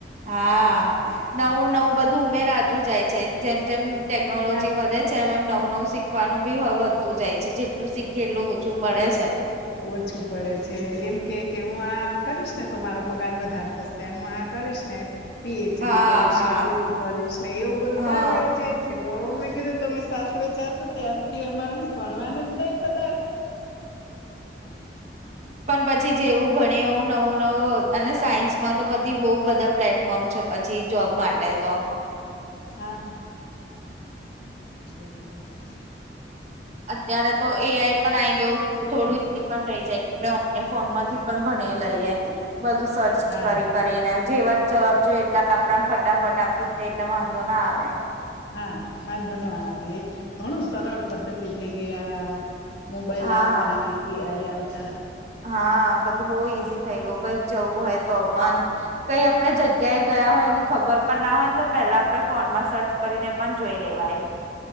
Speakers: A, on the right; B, on the left.
A: હા નવું નવું બધું ઉમેરાતું જાય છે જેમ જેમ ટેકનોલોજી
B: હા
A: વધે છે એમ એમ નવું નવું શીખવાનું બી હ વધતું જાય છે જેટલું શીખે એટલું ઓછું પડે છે
B: ઓછું પડે છે એમ કે કે હું આ કરીશ ને તો મારો પગાર વધારે થશે હું આ કરીશ ને પીએચડી
A: હા
B: કરીશ
A: હા
B: ને ઓલું કરીશ ને એવું બધું
A: હા
B: કર રે જ જાય છે. તો મેં કીધું તમે સાસરે જાશો ત્યાં સુધી અમારે હું ભણવાનું જ નહીં પત
A: પણ પછી જેવું ભણીએ એવું નવું નવું અને સાયન્સ માં તો બધી બહુ બધા પ્લેટફોર્મ છે. પછી જોબ માટે તો
B: હા <unintelligible>
A: અત્યારે તો એઆઈ પણ આઈ ગયું થોડું પણ થઈ જાય ઓન ફોનમાંથી પણ ભણી લઈએ બધું સર્ચ
B: હા
A: કરી
B: હા
A: કરીને જેવા જવાબ જો એટલા આપડાને ફટાફટ આપી દે એટલે વાંધો ના આવે
B: હા વાંધો ન આવે ઘણું સરળ પદ્ધતિ થઈ ગયા મોબાઈલ
A: હા
B: આવતા અને એઆઈ આવતા
A: હા બધું બહુ ઈઝી થઈ ગયું કંઈક જવું હોય તો પણ કઈ આપડે જગ્યાએ ગયા હોય એની ખબર પણ ના હોય ને તો પહેલા આપણે ફોનમાં સર્ચ કરીને પણ જોઈ લેવાય‌.